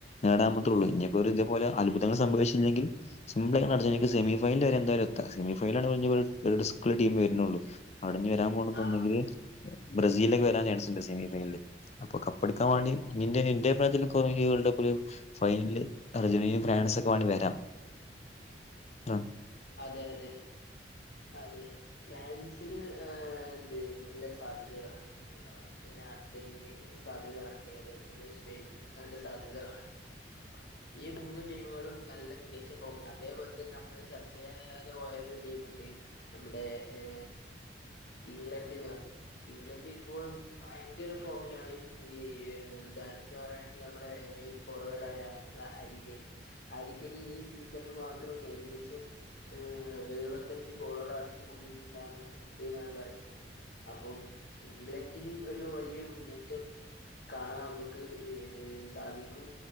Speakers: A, on the left (about 40°); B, on the left (about 65°).
A: നേടാമത്തൊള്ളു ഇഞ്ഞിപ്പൊരു ഇതെപോലെ അത്ഭുങ്ങൾ സംഭവിച്ചില്ലങ്കിൽ സിമ്പിളായ്ട്ട് അർജന്റീനക്ക് സെമിഫൈനല് വരെ എന്തായാലു എത്ത സെമിഫൈനലാണ് പിന്നി ഒരു ഒരു ഡിസ്‌ക്ള്ള ടീം വര്ണൊള്ളു അവ്ടെ ഇനി വരാൻ പോണത്
B: ആ
A: ഒന്നങ്കില് ബ്രസീലൊക്കെ വരാൻ ചാൻസ്ണ്ട് സെമി ഫൈനല് അപ്പൊ കപ്പെടുക്കാൻ വാണ്ടി നിന്റെ നിൻ്റെ അയ്‌പ്രാത്തിലും കൊറെ കൊറേഞ്ഞി വേൾഡ് കപ്പില് ഫൈനല് അർജൻ്റീനിം ഫ്രാൻസ് ഒക്കെ വണങ്ങി വരാം അഹ്
B: അതെ അതെ അതെ ഫ്രാൻസിന് ഏഹ് എന്തേന്ന് നല്ല സാധ്യതക്കെ കാൺണ്ട് യാ അതന്നെ അർജന്റീനയ്ക്കും സാധ്യത കാൺണ്ട് അതുപോലെ തന്നെ സ്പെയിനിനും നല്ല സാധ്യത കാൺണ്ട് ഈ മൂന്ന് ടീമുകളും നല്ല മികച്ച ഫോമി‌ലാ അതെ പോലതന്നെ നമ്മള് ചർച്ചേ ചെയ്യാതെ പോയത് ടീമ്ണ്ട് ഇവിടെ ഏ ഇംഗ്ലണ്ട് വ ഇംഗ്ലണ്ട് ഇപ്പോഴും ഭയങ്കര ഫോമിലാണി ഈ എന്ത് തെളിയിച്ച് പറയാണെങ്കില് നമ്മളെ എൻട്രി ഫോർവേഡായ ബ്രാ ഹരികെയ്ൻ ഹരി കെയ്ൻ ഈ സീസണ് മാത്രം ഏകദേശം ഏഹ് എഴുവത്തഞ്ച് ഗോളാണ് അ ഇത് കൂടില്ണ്ടാവുന്ന ഇണ്ട്ന്നാണ് പരണത് അപ്പം ഇംഗ്ലണ്ടിന് ഇപ്പൊരു വല്ല്യ മുന്നേറ്റം കാണാൻ അമ്മക്ക് ഏഹ് സാധിക്കും